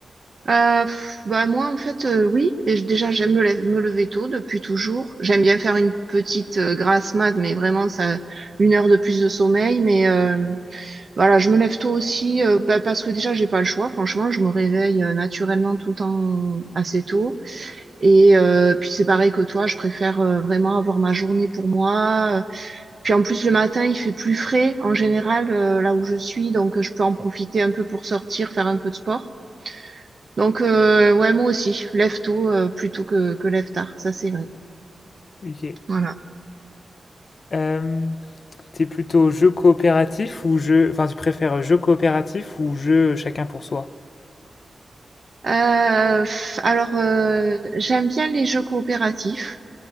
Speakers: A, on the right; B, on the left.
A: Euh, pff, bah moi en fait euh, oui et je- déjà j'aime me, lève- me lever tôt depuis toujours j'aime bien faire une petite euh, grasse mat mais vraiment ça une heure de plus de sommeil mais euh, Voilà, je me lève tôt aussi, euh, bah, parce que déjà, j'ai pas le choix. Franchement, je me réveille euh, naturellement tout le temps assez tôt. Et euh, puis c'est pareil que toi, je préfère euh, vraiment avoir ma journée pour moi. Puis en plus, le matin, il fait plus frais en général euh, là où je suis, donc euh, je peux en profiter un peu pour sortir, faire un peu de sport. Donc euh, ouais, moi aussi, lève tôt euh, plutôt que, que lève tard, ça c'est vrai.
B: Ok.
A: Voilà.
B: Euh, t'es plutôt jeu coopératif ou jeu... Enfin, tu préfères jeu coopératif ou jeu chacun pour soi?
A: Euh, pff, alors, euh, j'aime bien les jeux coopératifs.